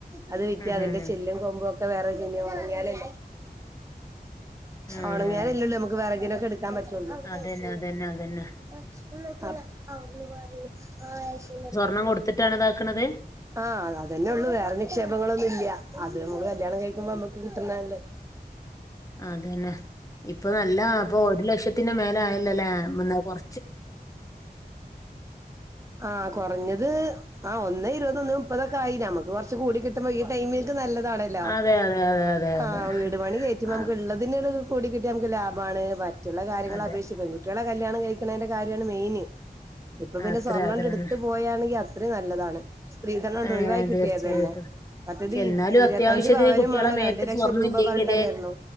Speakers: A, on the right; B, on the left.
A: അത് വിറ്റു
B: ഉം
A: അതിന്റെ
B: ഉം
A: ചെല്ലും കൊമ്പും ഒക്കെ ക്കെ വേറെ <unintelligible> അല്ലെ
B: ഉം
A: ഉണണങ്ങാനല്ലല്ലോ നമുക്ക് വിറകിനൊക്കെ എടുക്കാൻ പറ്റ് <unintelligible>
B: അതന്നെ അതന്നെ അതന്നെ
A: ആഹ്
B: പണം കൊടുത്തിട്ടാണ് അതാക്കണത്
A: ആഹ് അ അതന്നെ ഉള്ളു വേറെ നിക്ഷേപങ്ങളൊന്നും ഇല്ല അത് നമ്മള് കല്യാണം കഴിക്കുമ്പോ നമ്മുക്ക് കിട്ടുന്നല്ലേ
B: അതന്നെ ഇപ്പൊ നല്ല അപ്പൊ ഒരു ലക്ഷത്തി മേല ആയല്ലല്ലേ കൊറ
A: ആഹ് കുറഞ്ഞത് ആ ഒന്നായി ഇരുന്ന് മുപ്പതൊക്ക ആയി നമക്ക് കുറച്ച് കൂ കിട്ടുമ്പോ ഈ ടൈംലേക് നല്ലതാ ഇതാണല്ലോ
B: അതെ അതെ അതെ അതെ
A: ആ
B: അതെ
A: വീടുപണി കഴിഞ്ഞിട്ട് നമ്മൾക്ക്
B: ആഹ്
A: ഉള്ളതിന് കുടികിട്ടിയാൽ ലാഭ വാണ് വറ്റ റ്റുള്ള കാര്യങ്ങളെ
B: അതെ
A: അപേക്ഷിച്ച് പെൺകുട്ടികളുടെ കാര്യാ കല്യാണം കഴിക്കുന്നന്റെ കാര്യം തൊക്കെയാണ് മെയിൻ ഇപ്പൊ പിന്നെ
B: അത്ര
A: സ്വർണ്ണം
B: അത്രന്നെ
A: അങ്ങട്ട് എടുത്ത് പോയാണെങ്കി ഇത്രയും നല്ലതാണ് സ്ത്രീധനണ്ട്
B: ഏഹ്
A: ഒഴിവായി കിട്ടിയത്
B: തീർച്ചയായിട്ടും
A: തന്നെ
B: പക്ഷെ
A: മറ്റത്
B: എന്നാലും
A: ഇരുപത്തഞ്ച്
B: അത്യാവശ്യത്തിന്
A: പവനും
B: കുട്ടികളുടെ
A: വേണം
B: മേയത്ത്
A: രണ്ട് ലക്ഷം
B: സ്വർണ
A: രൂപ
B: ഇല്ലെങ്കില്
A: പറഞ്ഞിട്ടല്ലായിരുന്നു